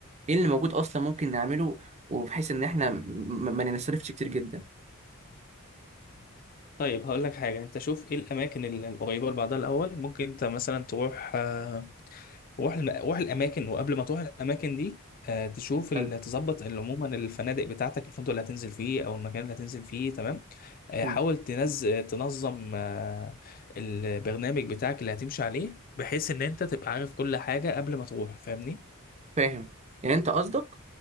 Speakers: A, on the right; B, on the left.
A: ايه اللي موجود اصلا ممكن نعمله وبحيث ان احنا م- م- ما نصرفش كتير جدا
B: طيب هقول لك حاجه انت شوف ايه الاماكن ال- القريبه لبعضها الاول ممكن انت مثلا تروح آه، روح الم... روح الاماكن وقبل ما تروح الاماكن دي آه، تشوف ال-
A: حلو
B: تظبط ال- عموما الفنادق بتاعتك الفندق اللي هتنزل فيه او المكان اللي هتنزل فيه تمام آه،
A: مم.
B: حاول تنز... تنظم آه، البرنامج بتاعك اللي هتمشي عليه بحيث ان انت تبقى عارف كل حاجة قبل ما تروح فاهمني
A: فاهم يعني انت قصدك